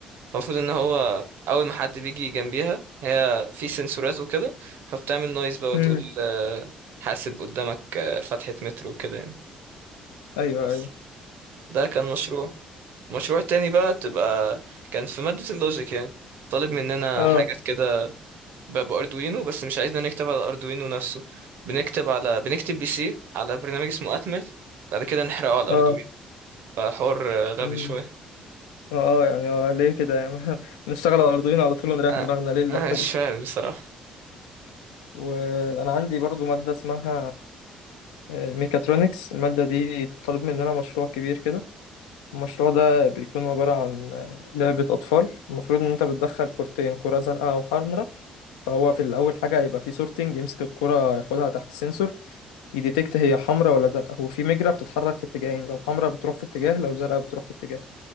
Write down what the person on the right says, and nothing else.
فالمفروض ان هو اول ما حد بيجي جنبيها هي في سنسورات وكده فبتعمل نويز بقى وتقول
آه، حاسب قدامك آه، فتحة مترو وكده يعني
بس
ده كان مشروع المشروع التاني بقى تبقى كان في مادة اللوجيك يعني طالب مننا
حاجات كده ب- باردوينو بس مش عايزنا نكتب على اردوينو نفسه بنكتب على بنكتب بي سي على برنامج اسمه اتمل بعد كده نحرقه على الاردوينو
فحوار آه، غبي
شويه
انا
انا مش فاهم بصراحه